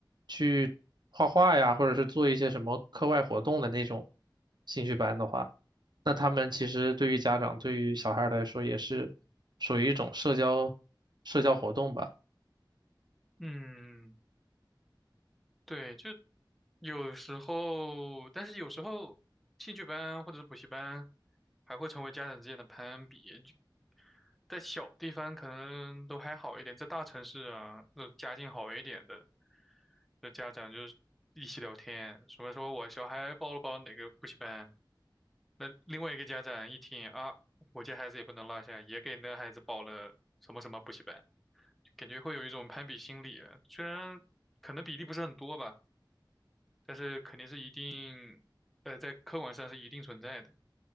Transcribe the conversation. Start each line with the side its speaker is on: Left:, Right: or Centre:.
Right: 去画画呀，或者是做一些什么课外活动的那种兴趣班的话，那他们其实对于家长对于小孩儿来说也是属于一种社交社交活动吧。
Centre: 嗯。对，就有时候，但是有时候兴趣班或者是补习班还会成为家长之间的攀比。就在小地方可能都还好一点，在大城市啊，那家境好一点的，的家长就是一起聊天，什么说我小孩报了报哪个补习班，那另外一个家长一听啊，我家孩子也不能落下，也给那孩子报了什么什么补习班，感觉会有一种攀比心理啊，虽然可能比例不是很多吧。但是肯定是一定，呃，在客观上是一定存在的。